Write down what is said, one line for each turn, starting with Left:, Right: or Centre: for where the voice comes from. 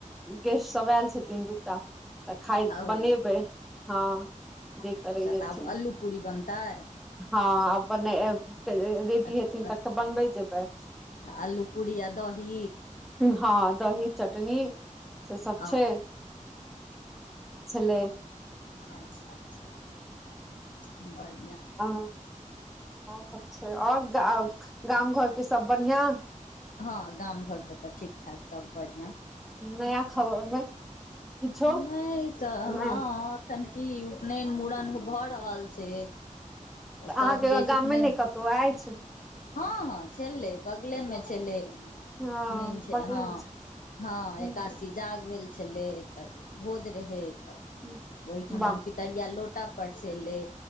Centre: गेस्ट सब आयल छथिन दूटा तऽ खाय
Left: ओ
Centre: बनेबय हँ जे
Left: अच्छा
Centre: करै
Left: तऽ
Centre: जेथिन
Left: आब अल्लू पूरी बनतै
Centre: हँ आब बना रेडी
Left: अच्छा
Centre: हेथिन तख बनबैये जेबैय
Left: आलू पूरी आ दही
Centre: हँ दही चटनी से सब
Left: आ
Centre: छय छय
Left: अच्छा बढ
Centre: ह इएह सब छै और ग गाम घर के सब बढ़िआं
Left: हँ गाम घरके तऽ ठीक ठाक सब बढ़ियां
Centre: नया खबर मे किछो
Left: नहि त
Centre: नहि
Left: हँ एखन की उपनयन मुड़न भऽ रहल छै
Centre: तऽ
Left: सब
Centre: अहाँके
Left: गेलछय
Centre: गाममे
Left: उपनयन
Centre: नहि कतहु अछि
Left: हँ हँ छलै बगले मे छलै उपनयन
Centre: हँ
Left: छै
Centre: बगलेमे
Left: हँ
Centre: छै
Left: हँ
Centre: हूँ,
Left: एकादसी जाग भेल छलै तऽ भोज रहै तऽ
Centre: हूँ,
Left: ओहिठमन
Centre: वाह
Left: पितरिया लो टा परसेले